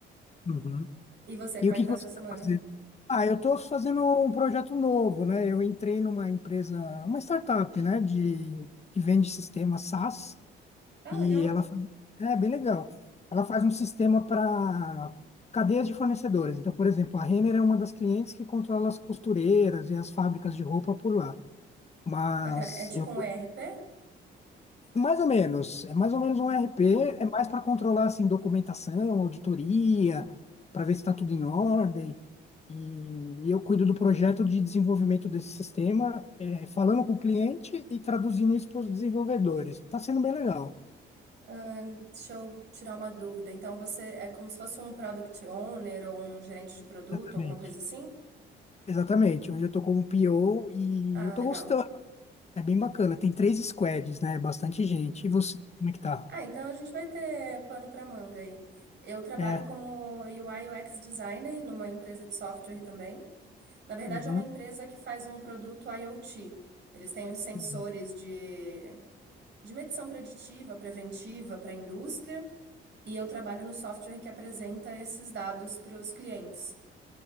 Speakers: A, on the left; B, on the right.
A: Uhum.
B: E você,
A: E
B: como
A: o
B: é
A: que
B: que tá
A: que você
B: a sua semana?
A: tá fazendo? Ah, eu tô fazendo um projeto novo, né? Eu entrei numa empresa, uma startup, né, de que vende sistema SaaS
B: Ah,
A: e
B: legal,
A: ela fa- é bem legal. Ela faz um sistema para cadeias de fornecedores. Então, por exemplo, a Renner é uma das clientes que controla as costureiras e as fábricas de roupa por lá. Mas
B: bacana. É tipo
A: eu
B: um ERP?
A: Mais ou menos, é mais ou menos
B: Uhum.
A: um E R P é mais para controlar assim documentação, auditoria, para ver se está tudo em ordem. E, e eu cuido do projeto de desenvolvimento desse sistema, é, falando com o cliente e traduzindo isso para os desenvolvedores. Está sendo bem legal.
B: Ah, deixa eu tirar uma dúvida. Então, você é como se fosse um product owner ou um gerente de produto,
A: Exatamente.
B: alguma coisa assim?
A: Exatamente, hoje eu tô como P O e
B: Ah,
A: eu tô
B: legal.
A: gostando. É bem bacana. Tem três squads, né? Bastante gente. E você, como é que tá?
B: Ah, então a gente vai ter pano para manga aí. Eu trabalho
A: É.
B: como UI UX designer numa empresa de software também. Na verdade,
A: Uhum.
B: é uma empresa que faz um produto IoT. Eles têm uns sensores
A: Uhum,
B: de, de medição preditiva, preventiva para a indústria, e eu trabalho no software que apresenta esses dados para os clientes.